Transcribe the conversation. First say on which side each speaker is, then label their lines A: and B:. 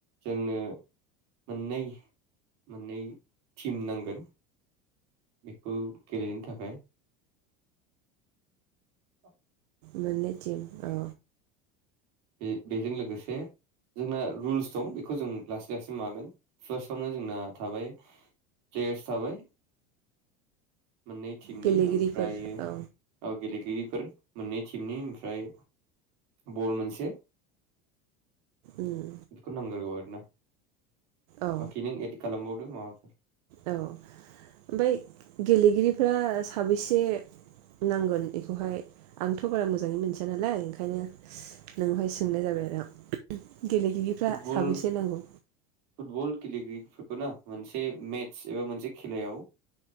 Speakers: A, on the right; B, on the right.
A: जोंनो मोननै मोननै टिम नांगोन बेखौ गेलेनो थाखाय औ
B: मोननै टिम औ
A: बे बेजों लोगोसे जोंना रुल्स दं बेखौ जों लासै लासै मागोन फार्स्टआवनो जोंना थाबाय प्लेयार्स थाबाय मोननै टिमनि
B: गेलेगिरिफोर
A: ओमफ्राय
B: औ
A: गेलेगिरि फोर मोननै थिमनि ओमफ्राय बल मोनसे से
B: उम
A: बेखौ नांगोरगौ आरो ना
B: औ
A: बाखि नों एड खालामबाव माबाफोर
B: औ ओमफ्राय गेलेगिरिफ्रा साबैसे नांगोन एखौहाय आंथ' बारा मोजाङै मोनथिया नालाय ओंखायनो नोंहाय सोंनाय जाबाय आरो आं गेलेगिरिफ्रा
A: फुटबल
B: साबेसे नांगौ
A: फुटबल गेलेगिरि फोरखौ ना मोनसे मेट्स एबा मोनसे खेलायाव